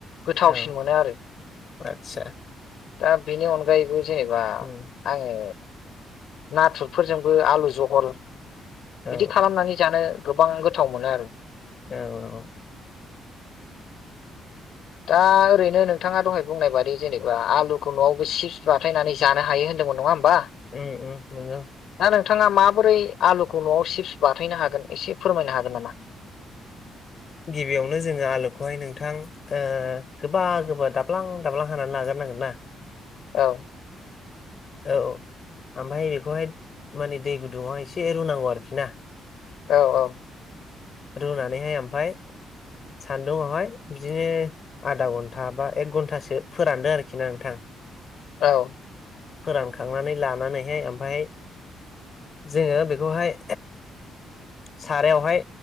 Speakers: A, on the left; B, on the left.
A: गोथावसिन
B: औ
A: मोनो आरो।
B: आतसा।
A: दा बेनि अनगायैबो जेनेबा
B: उम
A: आङो नाथुरफोरजोंबो आलु जहल बिदि
B: औ
A: खालामनानै जानो गोबां गोथाव मोनो आरो।
B: औ औ।
A: दा ओरैनो नोंथाङा दहाय बुंनाय बादि जेनेबा आलुखौ न'आवबो चिप्स बाथायनानै जानो हायो होन नङा होम्बा?
B: ओम ओम नंगौ।
A: नोंथाङा माबोरै आलुखौ न'आव चिप्स बाथायनो हागोन एसे फोरमायनो हागोन नामा? <inaudible>
B: गिबियावनो जोङो आलुखौहाय नोंथां ओ गोबा गोबा दाब्ला दाब्ला हानानै लागोर नांगोन ना?
A: औ।
B: औ। ओमफाय बेखौहाय माने दै गुदुंआवहाय एसे रुनांगौ आरोखि ना।
A: औ औ।
B: रुनानैहाय ओमफाय सान्दुंआवहाय बिदिनो आधा घन्टा बा एक घन्टासो फोरानदो आरोखि ना नोंथां।
A: औ।
B: फोरानखांनानै लानानैहाय ओमफाय जोङो बेखौहाय सारायावहाय